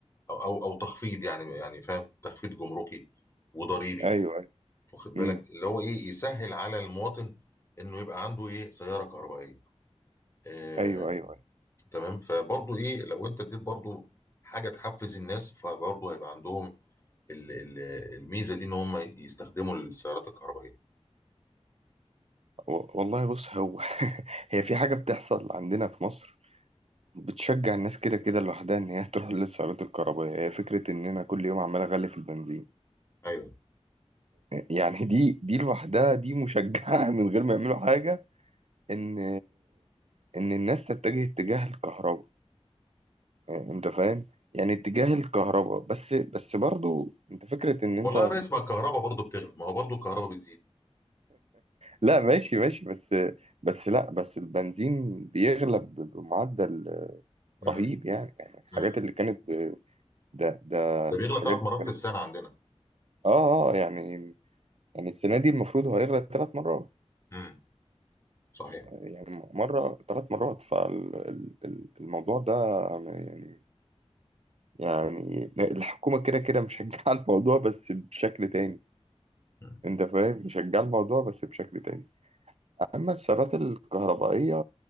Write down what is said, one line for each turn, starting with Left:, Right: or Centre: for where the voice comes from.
Left: او او, أو تخفيض يعني يعني فاهم تخفيض جمركي وضريبي
Right: ايوه ايوه
Left: واخد
Right: مم.
Left: بالك اللي هو ايه يسهل على المواطن انه يبقى عنده ايه سياره كهربائيه آه
Right: ايوه ايوه ايوه
Left: تمام فبرضه ايه لو انت اديت برضه حاجه تحفز الناس فبرضه هيبقى عندهم ال- ال- الميزه دي ان هم يستخدموا السيارات الكهربائيه
Right: و- والله بص هو <laughs> هي في حاجه بتحصل عندنا في مصر بتشجع الناس كده كده لوحدها ان هي <laughs> تروح للسيارات الكهربائيه هي فكره ان انا كل يوم عمال اغلي في البنزين
Left: ايوه
Right: يعني دي دي لوحدها دي مشجعه <laughs> من غير ما يعملوا حاجه ان ان الناس تتجه اتجاه الكهرباء انت فاهم يعني اتجاه الكهرباء بس بس برضو انت فكره ان انت
Left: والله يا ريس ما الكهرباء برضه بتغلى ما هو برضه الكهرباء بتزيد
Right: لا ماشي ماشي بس بس لا بس البنزين بيغلى ب- بمعدل
Left: امم
Right: رهيب يعني يعني الحاجات
Left: امم
Right: اللي كانت ب- ده ده
Left: ده
Right: الحاجات
Left: بيغلى ثلاث مرات
Right: كانت
Left: في السنه عندنا
Right: اه اه يعني يعني السنة دي المفروض هو هيغلى ثلاث مرات
Left: امم صحيح
Right: يعني مرة ثلاث مرات فالموضوع ده يعني يعني الحكومة كده كده مشجعة الموضوع بس بشكل تاني
Left: مم.
Right: انت فاهم مشجعة الموضوع بس بشكل تاني اما السيارات الكهربائية